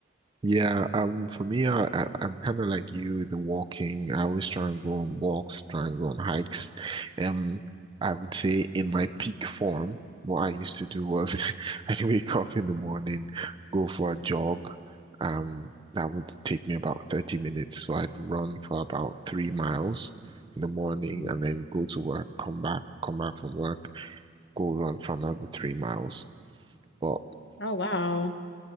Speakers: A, on the right; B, on the left.
A: Yeah, um, for me, I, I- I'm kind of like you with the walking. I always try and go on walks, try and go on hikes. Um, I would say in my peak form, what I used to do was <laughs> I'd wake up in the morning, go for a jog. Um, that would take me about 30 minutes. So I'd run for about three miles in the morning
B: Mm.
A: and then go to work, come back, come back from work, go run for another three miles. But
B: Oh wow.